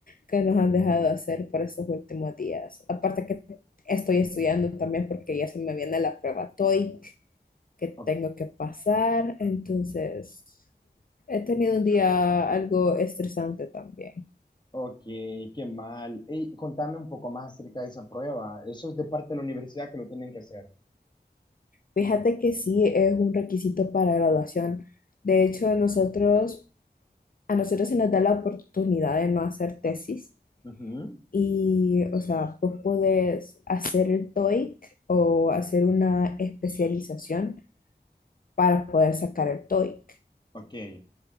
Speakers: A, on the left; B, on the left.
A: que nos han dejado hacer por estos últimos días. Aparte que estoy estudiando también porque ya se me viene la prueba TOEIC que tengo
B: O-
A: que pasar, entonces he tenido un día algo estresante también.
B: Ok, qué mal. Ey, contame un poco más acerca de esa prueba. Eso es de parte de la universidad que lo tienen que hacer.
A: Fíjate que sí es un requisito para graduación. De hecho, nosotros a nosotros se nos da la oportunidad de no hacer tesis
B: Ujú,
A: y, o sea, vos podés hacer el TOEIC o hacer una especialización para poder sacar el TOEIC.
B: Ok,